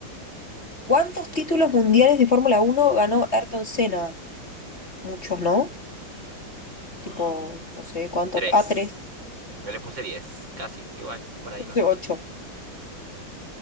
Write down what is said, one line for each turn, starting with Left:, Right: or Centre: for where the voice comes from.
Left: ¿Cuántos títulos mundiales de Fórmula Uno ganó Ayrton Senna? Muchos, ¿no?
Right: Mm,
Left: Tipo, no sé cuántos.
Right: tres.
Left: Ah, tres,
Right: Yo le puse diez, casi, igual, por ahí
Left: no
Right: va.
Left: sé, ocho.